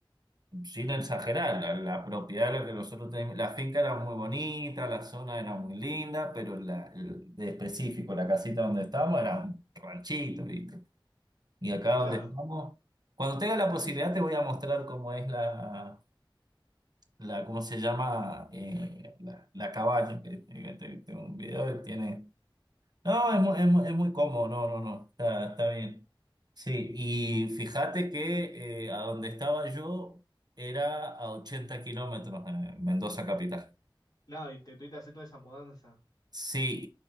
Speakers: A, on the right; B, on the left.
A: sin exagerar, la, la propiedad de la que nosotros teníamos, la finca era muy bonita, la zona era muy linda, pero la, el- de específico, la casita donde estábamos era un ranchito, ¿viste? Y acá donde
B: claro.
A: estamos, cuando tenga la posibilidad te voy a mostrar cómo es la, la ¿cómo se llama? Eh, la, la cabaña, que, que te- tengo un video que tiene no, es muy, es muy, es muy cómodo, no, no, no, está, está bien. Sí, y fíjate que eh, a donde estaba yo era a 80 kilómetros, en Mendoza capital.
B: Claro, y te tuviste que hacer toda esa mudanza.
A: Sí,